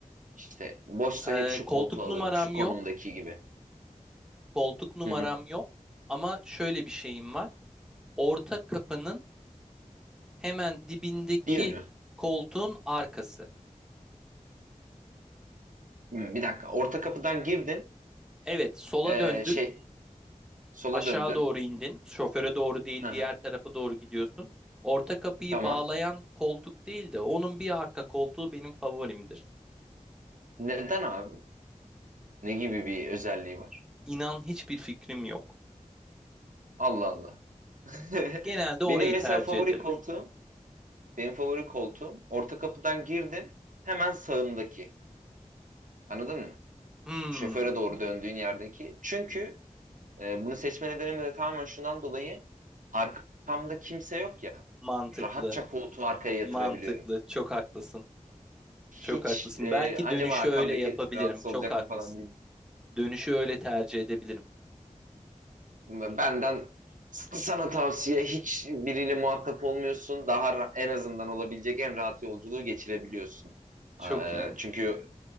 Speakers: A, on the right (about 80°); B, in the centre.
A: İşte boşsa hep
B: E,
A: şu koltuğu
B: koltuk
A: alırım.
B: numaram
A: Şu konumdaki
B: yok.
A: gibi.
B: Koltuk numaram
A: Hı hı.
B: yok ama şöyle bir şeyim var. Orta kapının hemen dibindeki
A: Bir yönü.
B: koltuğun arkası.
A: Hı, bir dakika. Orta kapıdan girdin.
B: Evet, sola
A: Eee,
B: döndün,
A: şey sola
B: aşağı
A: döndün.
B: doğru indin. Şoföre doğru değil,
A: Hı
B: diğer
A: hı.
B: tarafa doğru gidiyorsun. Orta kapıyı
A: Tamam.
B: bağlayan koltuk değil de onun bir arka koltuğu benim favorimdir.
A: Neden abi? Ne gibi bir özelliği var?
B: İnan hiçbir fikrim yok.
A: Allah Allah. <laughs>
B: Genelde orayı
A: Benim mesela
B: tercih
A: favori
B: ederim.
A: koltuğum, benim favori koltuğum orta kapıdan girdim hemen sağımdaki. Anladın mı?
B: Hmm,
A: Şoföre doğru döndüğün yerdeki. Çünkü e, bunu seçme nedenim de tamamen şundan dolayı arkamda kimse yok ya.
B: mantıklı,
A: Rahatça koltuğu arkaya yatırabiliyorum.
B: mantıklı. Çok haklısın. Çok
A: Hiç
B: haklısın.
A: e,
B: Belki
A: acaba
B: dönüşü
A: arkamdaki
B: öyle yapabilirim.
A: rahatsız
B: Çok
A: olacak
B: haklısın.
A: mı falan diye
B: Dönüşü öyle tercih edebilirim.
A: Ve Benden sana tavsiye hiç biriyle muhatap olmuyorsun. Daha ra- en azından olabilecek en rahat yolculuğu geçirebiliyorsun.
B: Çok
A: Ee,
B: iyi.
A: çünkü